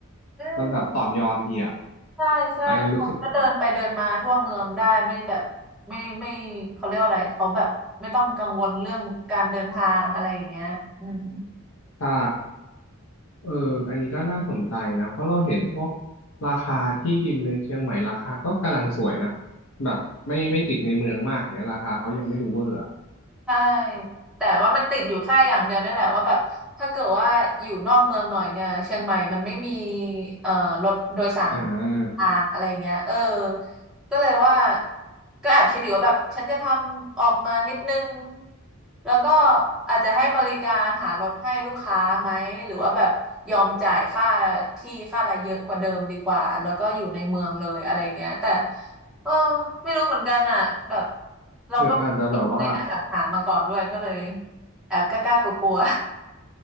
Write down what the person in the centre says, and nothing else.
อืม
ใช่ใช่คนก็เดินไปเดินมาทั่วเมืองได้ไม่แบบไม่ไม่เขาเรียกว่าอะไรเขาแบบไม่ต้องกังวลเรื่องการเดินทางอะไรอย่างเงี้ยอืม
ใช่แต่ว่ามันติดอยู่แค่อย่างเดียวเนี่ยแหละว่าแบบถ้าเกิดว่าอยู่นอกเมืองหน่อยเนี่ยเชียงใหม่มันไม่มีเอ่อรถโดยสาร
ทางอะไรเงี้ยเออก็เลยว่าก็แอบคิดอยู่ว่าแบบฉันจะทำออกมานิดนึงแล้วก็อาจจะให้บริการหารถให้ลูกค้าไหมหรือว่าแบบยอมจ่ายค่าที่ค่าอะไรเยอะกว่าเดิมดีกว่าแล้วก็อยู่ในเมืองเลยอะไรเงี้ยแต่เออไม่รู้เหมือนกันอ่ะแบบเราก็
เลยแอบถามมาก่อนด้วยก็เลยแอบกล้าๆกลัว